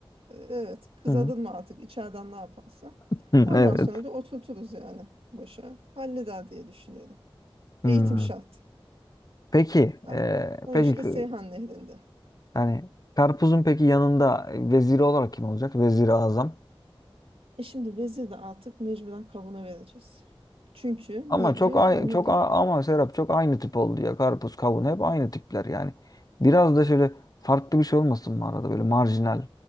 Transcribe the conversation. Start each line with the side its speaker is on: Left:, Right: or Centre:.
Right: e, evet kız
Left: Hı hı.
Right: mı artık içeriden ne yaparsa.
Left: Hı,
Right: Ondan
Left: Evet.
Right: sonra da oturturuz yani başa. Halleder diye düşünüyorum.
Left: Hı.
Right: Eğitim şart.
Left: Peki,
Right: Bak,
Left: e,
Right: o
Left: peki
Right: işte
Left: k-
Right: Seyhan Nehri'nde.
Left: yani karpuzun peki yanında veziri olarak kim olacak? Veziri Azam.
Right: E şimdi vezir de artık mecburen kavuna vereceğiz. Çünkü
Left: Ama
Right: niye
Left: çok
Right: biliyor
Left: ay
Right: musun? Onu
Left: çok
Right: da
Left: a- ama Serap çok aynı tip oldu ya. Karpuz, kavun hep aynı tipler yani. Biraz da şöyle farklı bir şey olmasın mı arada böyle marjinal.